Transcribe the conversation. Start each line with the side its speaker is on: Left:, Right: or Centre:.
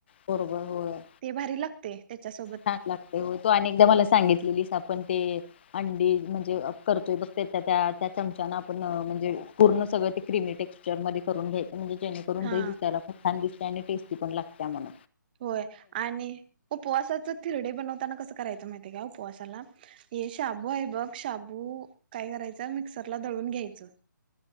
Left: बरोबर होय.
Right: ते भारी लागते त्याच्यासोबत
Left: छान लागतय हो तू अनेकदा मला सांगितलेलीस आपण ते. अंडी म्हणजे करतोय बघ त्याच्या त्या चमचान आपण म्हणजे पूर्ण सगळं ते क्रिमी टेक. मिक्चर मध्ये करून घ्यायचं म्हणजे जेणेकरून
Right: हा
Left: दही दिसायला पण छान दिसतय आणि टेस्टी पण लागतय म्हण.
Right: होय आणि उपवासाच. थिरडे बनवताना कस कराययाच माहितेय का उपवासाला हे शाबू आहे बघ शाबू काय करा. हेच मिक्सर ला दळून घ्यायचं.